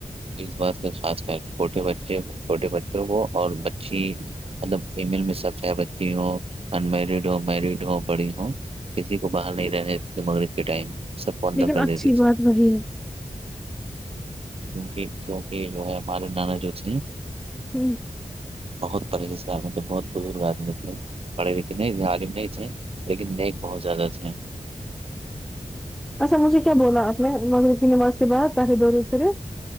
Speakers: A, on the right; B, in the centre.
A: اس بات کا خاص چھوٹے بچے چھوٹے بچوں کو اور بچی مطلب فیمیل میں سب چاہ بچی ہو ان مریڈ ہو میریڈ ہو بڑی ہو کسی کو باہر نہیں رہنے مغرب کے ٹائم سب کو اندر
B: لیکن
A: کر
B: اچھی
A: دیتے تھے
B: بات وہی ہے
A: کیونک کیوںک جو ہے ہمارے نانا جو تھ
B: ہوں
A: بہت پریس گار مطلب بہت بزرگ آدمی تھے پڑھے لکھے نہیں تھے عالم نہیں تھے لیکن نیک بہت زیادہ تھے
B: اچھا مجھے کیا بولا آپ نے مغرب کی نواز کے بعداہدور صرف